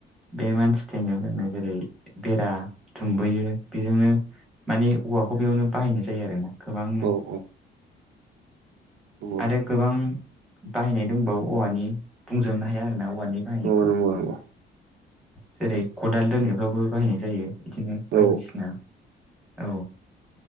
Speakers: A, in the centre; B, on the right (about 65°).
A: बे मानसि थैनाय <unintelligible> जेरै बेरा दुमबोयो बिजोंनो मानि औवाखौ बेयावनो बाहायनाय जायो आरो ना। गोबांनो
B: औ औ नंगौ
A: आरो गोबां बाहायनाय दंबावो औवानि बुंजोबनो हाया आरो ना औवानि बाहायनायखौ।
B: औ नंगौ नंगौ
A: जेरै खदाल दोननायफ्रावबो बाहायनाय जायो बिदिनो बायदिसिना
B: औ
A: औ